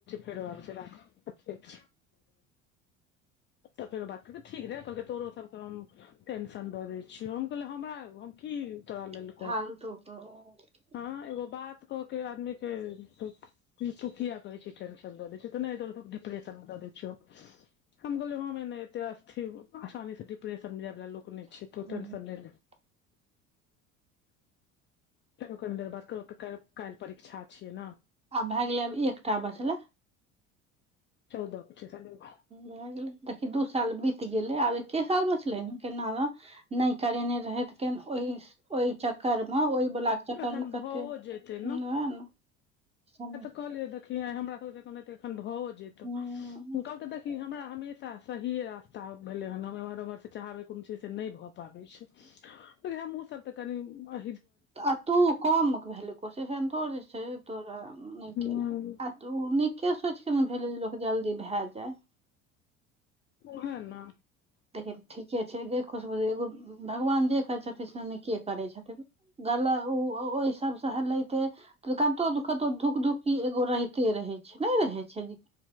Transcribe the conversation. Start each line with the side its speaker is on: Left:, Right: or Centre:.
Left: फेरो आब राख ठीक तऽ फेरो बात कहलकै ठीक रहे कहलकै तोरो टेंशन दऽ दै छीिय हम कहल हमरा हम की तोरा लेलहु <unintelligible>
Right: <inaudible>
Left: हँ एगो बात क के आदमी केुकिया कहे छै दऽ दै छौ तऽ नहि िप दऽ दै छ हम गोे ह ने एते स्थि आसानी से डि्रेशन मे जाय ला लोग नि तूत
Right: हूँ
Left: ने सन ने
Right: <inaudible>
Left: फो कनि देर बाद काल्हि परीक्षा छियै ने
Right: आब भए गेलै आब एकटा बचला।
Left: चौद छै। शायद
Right: भए गेलै देखी दू साल बीत गेलै आब एकके साल बचलै ने केना र नहि करेने रहैथ ओहि चक्कर मे ओहि। बोल के चक्करमे
Left: एखन
Right: कते
Left: भओ
Right: वेह
Left: जेतै
Right: नहि समय।
Left: कहलि देखीलिये हमरा सभजेकाँ एखन भव जेत
Right: हूँ
Left: ओ कहलकै देखी हमरा हमेशा। सहि रास्ता भेले हन एम्हर उमहर से चाहबे कोनो चीज से नहि भए पाबे छै। अरे हम्हु सभ त कनी अ।
Right: अ तू कम भेलै कोशिन ने तो जे छै तोरा नहि
Left: केलहुँ
Right: केल। ओ नीके सोचिके ने भेलै जे लोक जल्दी भए जाय।
Left: ओ हा न
Right: देखहिन ठीके छै ग खुशबु एगो भगवान जे करै छथिन। से निके करै छथिन गल ओ ओहि सभसँ हेलैते। त कतो कतो धुकधुकि एगो रहिते रहै छै नहि रहै छै जे।